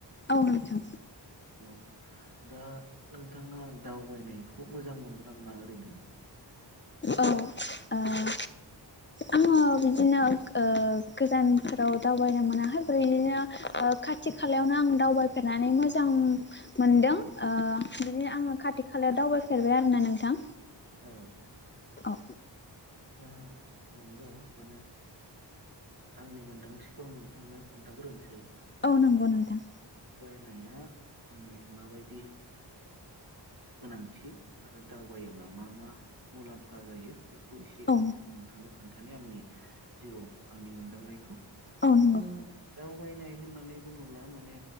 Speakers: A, on the left; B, on the right.
A: औ नोंथां
B: औ दा ओ थाङा दावबायनायखौ मोजां मोनगोन ना मोना ओरैनो?
A: औ ओ
B: <inaudible>
A: आङो बिदिनो ओ गोजानफोराव दावबायनो मोनाहाय ओमफ्राय इदिनो ओ खाथि खालायावनो आं दावबायफेरनानै मोजां मोनदों ओ बिदिनो आङो खाथि खाला याव दावबायफेरबाय आरोना नोंथां?
B: औ।
A: अ।
B: दा नंगौ माने आंनि मोनदांथिखौ आं नोंथांनो खोन्थाग्रोनसै।
A: औ नोंगौ नोंथां।
B: नाया माने माबायदि गोनांथि आरो दावबायोब्ला मा मा मुलाम्फा जायो बेखौ एसे
A: औ
B: आं नोंथांनो खोन्थानो आंनि जिउआव आंनि मोनदांनायखौ।
A: औ नंगौ
B: ओ दावबायनाय होननानै बुङोब्ला मा ने